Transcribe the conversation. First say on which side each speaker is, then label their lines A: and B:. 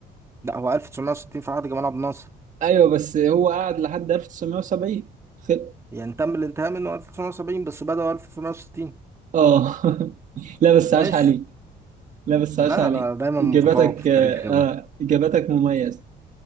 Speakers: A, on the right; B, on the right.
A: لا هو 1960 في عهد جمال عبد الناصر
B: ايوه بس هو قعد لحد 1970 خل...
A: يعني تم الانتهاء منه 1970 بس بدأوا 1960
B: اه <laughs> لا بس
A: ماشي
B: عاش عليك لا بس عاش
A: لا
B: عليك
A: انا دايما
B: اجاباتك
A: متفوق في التاريخ
B: اه
A: يا ابني
B: آه، اجاباتك مميزة